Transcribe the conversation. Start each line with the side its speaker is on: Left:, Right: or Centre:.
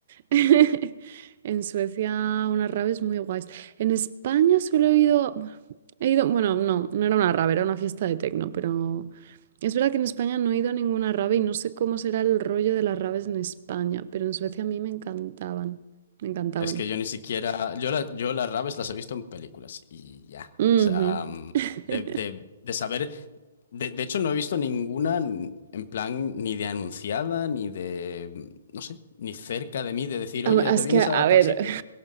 Right: <laughs> En Suecia, unas raves muy guays. En España solo he ido. bueno, He ido, bueno, no, no era una rave, era una fiesta de tecno, pero es verdad que en España no he ido a ninguna rave y no sé cómo será el rollo de las raves en España, pero en Suecia a mí me encantaban, me encantaban.
Left: Es que yo ni siquiera. Yo, la- yo las raves las he visto en películas y ya.
Right: Ujú.
Left: O sea, mm,
Right: <laughs>
Left: de, de- de saber. De, de hecho, no he visto ninguna n- en plan ni de anunciada, ni de. mm, No sé, ni cerca de mí de decir,
Right: Am-
Left: oye,
Right: Es
Left: ¿te vienes
Right: que, a
Left: a tal
Right: ver,
Left: sitio?